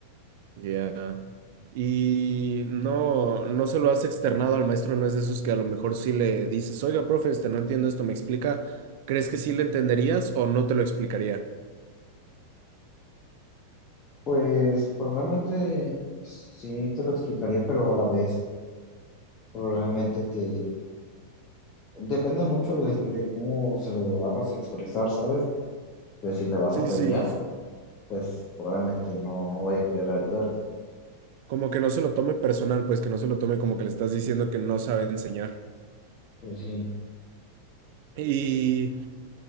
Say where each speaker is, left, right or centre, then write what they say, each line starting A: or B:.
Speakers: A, on the right; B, on the left.
A: Ya. Y no, no se lo has externado al maestro, no es de esos que a lo mejor sí le dices, oiga, profe, este, no entiendo esto, ¿me explica? ¿Crees que sí le entenderías o no te lo explicaría?
B: Pues probablemente sí te lo explicaría, pero a la vez probablemente te... Depende mucho de, de cómo se lo hagas expresar, ¿sabes? De si le vas
A: Sí,
B: a pelear.
A: sí.
B: pues probablemente no, no vaya a querer ayudarse.
A: Como que no se lo tome personal, pues que no se lo tome como que le estás diciendo que no sabe enseñar.
B: Pues sí,
A: ¿Y